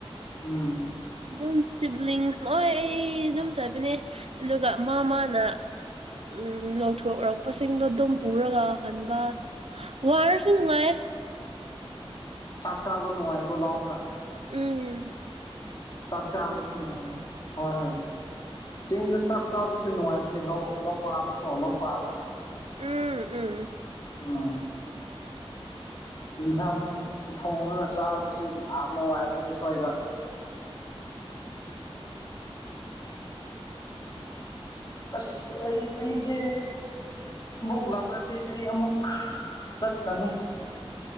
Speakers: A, on the left; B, on the right.
A: ꯎꯝ
B: ꯑꯗꯨꯝ ꯁꯤꯕ꯭ꯂꯤꯡꯁ ꯂꯣꯏ ꯑꯗꯨꯝ ꯆꯠꯄꯅꯦ ꯑꯗꯨꯒ ꯃꯥ ꯃꯥꯅ ꯎꯝ ꯂꫭꯡꯊꯣꯛꯔꯛꯄꯁꯤꯡꯗꯣ ꯑꯗꯨꯝ ꯄꯨꯔꯒ ꯍꯟꯕ ꯋꯥꯔꯁꯨ ꯅꯨꯡꯉꯥꯏ
A: ꯆꯥꯛ ꯆꯥꯕ ꯅꯨꯡꯉꯥꯏꯀꯣ ꯂꯥꯎꯗ
B: ꯎꯝ
A: ꯆꯥꯛ ꯆꯥꯕꯁꯨ ꯅꯨꯡꯉꯥꯏ ꯍꯣꯏ ꯍꯣꯏ ꯆꯤꯡꯗ ꯆꯥꯛ ꯆꯥꯕꯁꯦ ꯅꯨꯡꯉꯥꯏꯕꯅꯤ ꯂꯧꯄꯗꯀꯣ ꯂꯧꯄꯗ
B: ꯎꯝ ꯎꯝ
A: ꯎꯝ ꯑꯦꯟꯁꯥꯡ ꯊꯣꯡꯉꯒ ꯆꯥꯕꯁꯤ ꯌꯥꯝ ꯅꯨꯡꯉꯤꯢꯕꯅꯤ ꯁꯨꯋꯥꯏꯗ ꯑꯁ ꯑꯩ ꯑꯩꯗꯤ ꯑꯃꯨꯛ ꯂꯥꯛꯂꯗꯤ ꯑꯩ ꯑꯃꯨꯛ ꯆꯠꯂꯅꯤ